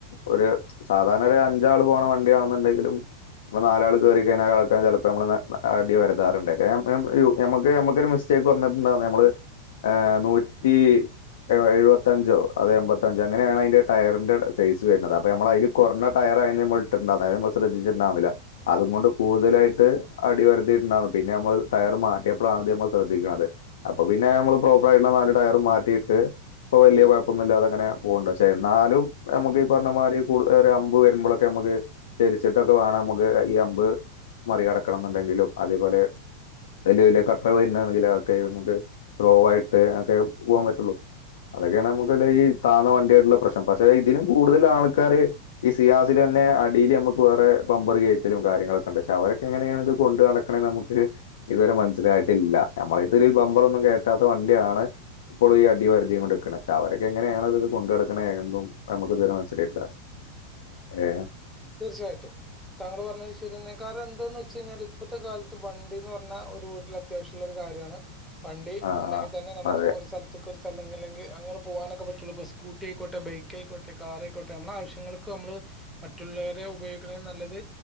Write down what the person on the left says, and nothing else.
ഒരു സാധാരണ ഒരു അഞ്ചാള് പോണ വണ്ടിയാണെന്ന ണ്ടെങ്കിലും ഇപ്പൊ നാലാൾ കയറി കഴിഞ്ഞാൽ ആൾക്കാരു ചിലപ്പോ നമ്മളെ അടി <unintelligible> നമ്മക് നമ്മക്കൊരു മിസ്റ്റേക്ക് <unintelligible> നമ്മള് ഏ നൂറ്റി എഴുപത്തഞ്ചോ അത് എമ്പത്തഞ്ച് അങ്ങനെയാണ് അതിന്റെ ടയറിന്റെ സൈസ് വരുന്നത് അപ്പൊ നമ്മൾ അതിൽ കുറഞ്ഞ ടയറ് ആയിനി നമ്മളിട്ടിട്ടുണ്ടാവും അത് നമ്മൾ ശ്രദ്ധിച്ചിട്ട്ണ്ടാർന്നില അതും കൊണ്ട് കൂടുതലായിട്ട് അടി ഒരത്തിയിട്ട്ണ്ടാർന്നു പിന്നെ നമ്മൾ ടയർ മാറ്റിയപ്പോഴാണ്ത് ഇത് നമ്മൾ ശ്രദ്ധിക്കണത് അപ്പൊ പിന്നെ നമ്മള് പ്രോപ്പർ ആയിട്ട നാല് ടയർ മാറ്റിയിട്ട് ഇപ്പൊ വലിയ കുഴ കൊഴപ്പൊന്നും ഇല്ലാതെങ്ങനെ പോകണ്ട് പക്ഷേ എന്നാലും നമുക്ക് ഈ പറഞ്ഞ മാതി കൂ ഒരു അമ്പ് വരുമ്പോഴൊക്കെ നമുക്ക് <unintelligible> തിരിച്ചിട്ടൊക്കെ വേണം നമുക്ക് ഈ അമ്പ് മറികടക്കണം എന്നുണ്ടെങ്കിലും അതേപോലെ വലിയ വലിയ കട്ടർ വരണെങ്കില് ഒക്കെ നമുക്ക് സ്രോയിട്ട് ഒക്കെ പോകാൻ പറ്റുള്ളു അതെക്കേണ മൂ ഇതാണ്ടെ ഈ താന്ന വണ്ടിയായിട്ടുള്ള പ്രശ്നം പക്ഷെ ഇതിനും കൂടുതൽ ആൾക്കാര് ഈ സിയാസില്തന്നെ അ ഡീല് ചെയ്യാൻ നമ്മക്കു വേറെ ബമ്പറ് കേറ്റലും കാര്യങ്ങളൊക്കെണ്ട് പക്ഷെ അവരക്കെങ്ങനെയാണ് ഇത് കൊണ്ട് നടക്കണേന്ന് നമുക്ക് ഇതുവരെ മനസില ലായിട്ടില്ല നമ്മളിതുരേം ബമ്പറൊന്നും കേറ്റാത്ത വണ്ടിയാണ് ഇപ്പോളും ഈ അടിവാരത്തി കൊണ്ടെ വിക്കണേ അവരൊക്കെ എങ്ങനെയാണ് അത് ഇത് കൊണ്ട് നടക്കണേ എന്നും നമുക്ക് ഇതുവരെ മനസ്സിലായിട്ടില്ല ഏ
ആ
ആ
അതെ